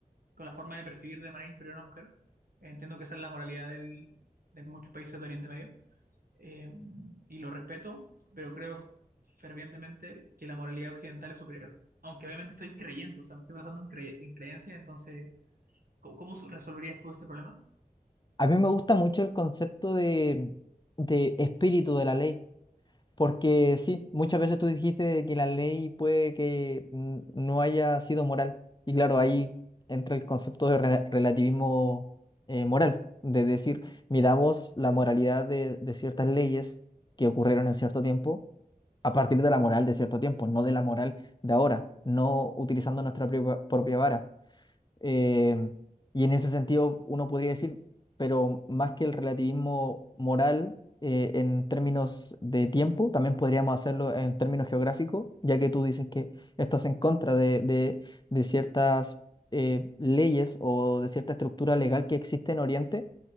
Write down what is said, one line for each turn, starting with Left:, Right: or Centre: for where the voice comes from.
Right: con la forma de percibir de manera inferior a una mujer. Entiendo que esa es la moralidad del- de muchos países de Oriente Medio eh, y lo respeto, pero creo fervientemente que la moralidad occidental es superior. Aunque obviamente estoy creyendo, o sea, me estoy basando en, cre- en creencia, entonces, ¿cómo, cómo resolverías tú este problema?
Left: A mí me gusta mucho el concepto de, de espíritu de la ley, porque sí, muchas veces tú dijiste de que la ley puede que mm, no haya sido moral, y claro, ahí entra el concepto de rela- relativismo eh, moral, de decir, miramos la moralidad de, de ciertas leyes que ocurrieron en cierto tiempo a partir de la moral de cierto tiempo, no de la moral de ahora, no utilizando nuestra propia propia vara. Eh, y en ese sentido, uno podría decir, pero más que el relativismo moral eh, en términos de tiempo, también podríamos hacerlo en términos geográficos, ya que tú dices que estás en contra de, de- de ciertas eh, leyes o de cierta estructura legal que existe en Oriente.